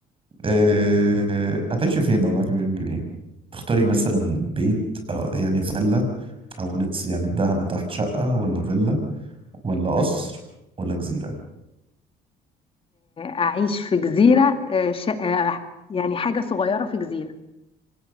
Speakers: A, on the right (about 30°); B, on the left (about 35°).
A: اه هتعيشي فين لو معاكي مليون جنيه تختاري مثلا بيت آه يعني فيلا او لتس يعني بداها من تحت شقة ولا فيلا ولا قصر ولا جزيرة
B: اعيش في جزيره آه، ش... آه، يعني حاجه صغيره في جزيره